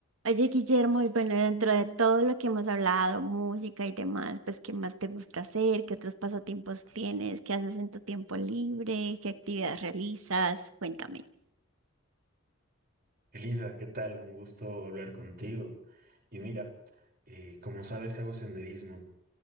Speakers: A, on the right; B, on the right.
A: Oye, Guillermo, y bueno, dentro de todo lo que hemos hablado, música y demás, pues, ¿qué más te gusta hacer? ¿Qué otros pasatiempos tienes? ¿Qué haces en tu tiempo libre? ¿Qué actividades realizas? Cuéntame.
B: Elisa, ¿qué tal? Un gusto hablar contigo. Y mira, eh, como sabes, hago senderismo